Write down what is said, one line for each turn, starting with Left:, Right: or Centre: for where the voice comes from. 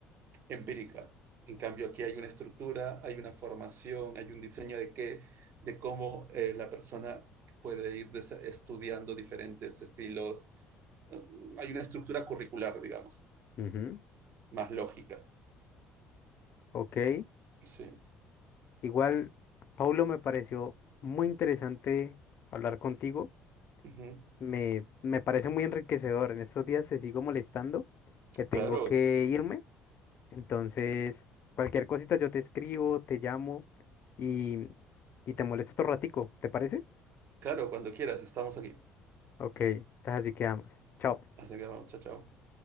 Right: empírica. En cambio, aquí hay una estructura, hay una formación, hay un diseño de qué, de cómo eh, la persona puede ir estudiando diferentes estilos. Uh, hay una estructura curricular, digamos,
Left: ujú, ujú.
Right: más lógica.
Left: Ok.
Right: Sí.
Left: Igual, Paulo, me pareció muy interesante hablar contigo.
Right: Uh -huh.
Left: Me, me parece muy enriquecedor. En estos días te sigo molestando, que tengo
Right: Claro,
Left: que irme. Entonces, cualquier cosita yo te escribo, te llamo y, y te molesto otro ratico. ¿Te parece?
Right: claro, cuando quieras, estamos aquí.
Left: Ok. Entonces así quedamos. Chao.
Right: Así que vamos, chao, chao.